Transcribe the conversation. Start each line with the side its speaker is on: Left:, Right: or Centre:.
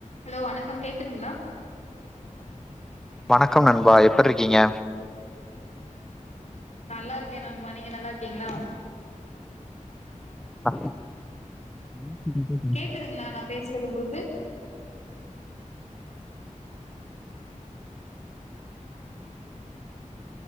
Left: ஹலோ வணக்கம். கேக்குதுங்ளா?
Centre: வணக்கம் நண்பா எப்பிர்ருக்கீங்க?
Left: நல்லாருக்கே நண்பா. நீங்க நல்லா இருக்கீங்ளா?
Centre: அ. <inaudible>
Left: கேக்குதுங்ளா நா பேசறது உங்குளுக்கு?